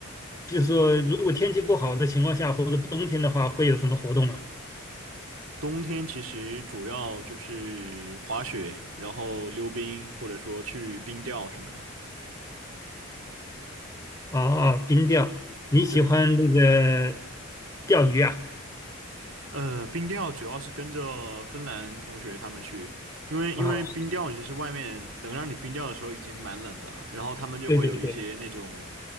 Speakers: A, on the left; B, on the right.
A: 就是说，如果天气不好的情况下，或者冬天的话，会有什么活动啊？
B: 冬天其实主要就是滑雪，然后溜冰，或者说去冰钓什么的。
A: 哦，哦冰钓，你喜欢那个
B: 对，
A: 钓鱼啊？
B: 呃，冰钓主要是跟着芬兰同学他们去，因为因为冰钓其实外面能让你冰钓的时候已经蛮冷的了，
A: 啊、
B: 然后他们就会有一些那种。
A: 对对对